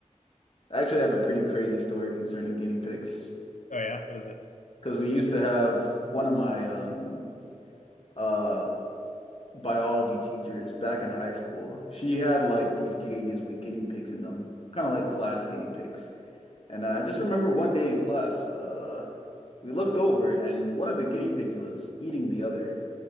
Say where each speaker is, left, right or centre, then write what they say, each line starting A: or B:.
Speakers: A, on the left; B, on the left.
A: I actually have a pretty crazy story concerning guinea pigs.
B: Oh yeah, what is it?
A: Because we used to have one of my um uh biology teachers back in high school. She had like these cages with guinea pigs in them, kind of like class guinea pigs. And I just remember one day in class, uh we looked over and one of the guinea pigs was eating the other.